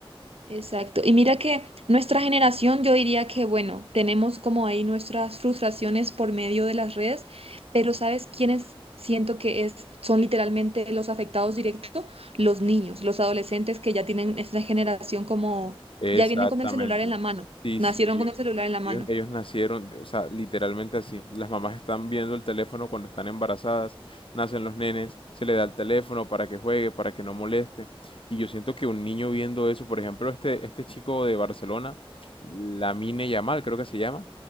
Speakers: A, on the right; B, on the left.
A: Exacto. Y mira que nuestra generación, yo diría que, bueno, tenemos como ahí nuestras frustraciones por medio de las redes, pero ¿sabes quiénes siento que es, son literalmente los afectados directos? Los niños, los adolescentes que ya tienen esta generación como,
B: Exactamente.
A: ya vienen con el celular en la mano,
B: Sí,
A: nacieron
B: sí, ellos,
A: con el celular en la
B: ellos,
A: mano.
B: ellos nacieron, o sea, literalmente así. Las mamás están viendo el teléfono cuando están embarazadas, nacen los nenes, se le da el teléfono para que juegue, para que no moleste. Y yo siento que un niño viendo eso, por ejemplo, este, este chico de Barcelona, Lamine Yamal, creo que se llama,